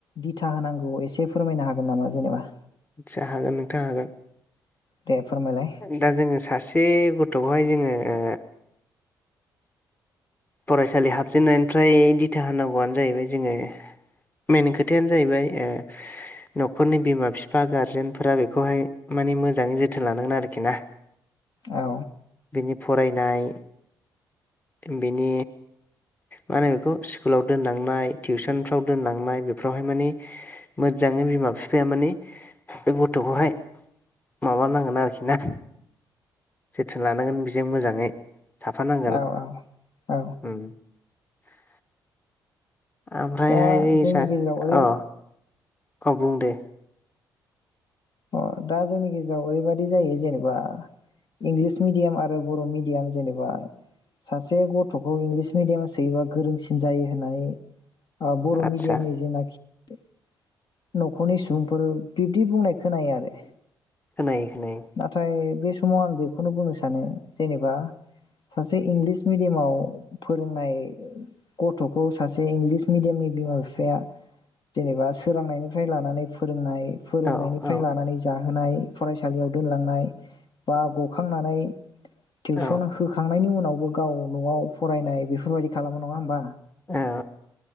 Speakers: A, on the left; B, on the left.
A: दिथा होनांगौ एसे फोरमायनो हागोन नामा जेनोबा
B: आदसा हागोन नोंथां हागोन
A: दे फोरमायलाय
B: दा जोङो सासे गथ'खौहाय जोङो ओ फरायसालि हाबजेननायनिफ्राय दिथा होनांगौआनो जाहैबाय जोङो मेन खोथायानो जाहैबाय ओ न'खरनि बिमा बिफा गारजेनफोरा बेखौहाय मानि मोजाङै जोथोन लानांगोन आरोखि ना
A: औ
B: बिनि फरायनाय बेनि मा होनो बेखौ स्कुलाव दोनलांनाय टिउसनफ्राव दोनलांनाय बेफोरावहाय मानिे मोजाङै बिमा बिफाया मानि बे गथ'खौहाय माबानांगोन आरोखि ना जोथोन लानांगोन बिजों मोजाङै थाफानांगोन
A: औ औ औ
B: ओम <unintelligible> ओमफ्रायहाय
A: दा जोंनि
B: सार
A: गेजेराव ओरै
B: औ बुं दे
A: अ दा जोंनि गेजेराव ओरैबायाददि जायो जेनेबा इंलिस मिडियाम आरो बर' मिडियाम जेनेबा सासे गथ'खौ इंलिस मिडियामा सोयोबा गोरोंसिन जायो होननानै ओ बर'
B: आदसा
A: मिडियामनि जेनाखि न'खरनि सुबुंफोर बिब्दि बुंनाय खोनायो आरो
B: खोनायो खोनायो
A: नाथाय बे समाव आं बेखौनो बुंनो सानो जेनेबा सासे इंलिस मिडियामाव फोरोंनाय गथ'खौ सासे इंलिस मिडियामनि बिमा बिफाया जेनेबा सोरांनायनिफ्राय लानानै फोरोंनाय फोरोंनायनि
B: ओ औ
A: निफ्राय लानानै जा होनाय फरायसालियाव दोनलांनाय बा गखांनानै टिउसन
B: औ
A: होखांनायनि उन नावबो गाव न'आव फरायनाय बेफोरबायदि खालामो नङा होमबा?
B: औ‌ अ